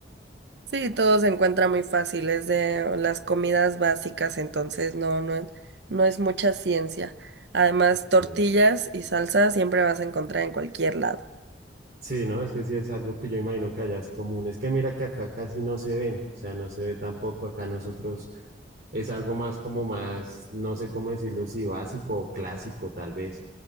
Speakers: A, on the right (about 70°); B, on the right (about 55°).
A: Sí, todo se encuentra muy fácil, es de las comidas básicas, entonces no, no, es- no es mucha ciencia. Además,
B: Ok.
A: tortillas y salsa siempre vas a encontrar en cualquier lado.
B: Sí, no, es que sí es algo que yo imagino que allá es común. Es que mira que acá casi no se ven, o sea, no se ve tampoco. Acá nosotros es algo más como más, no sé cómo decirlo, si básico o clásico tal vez.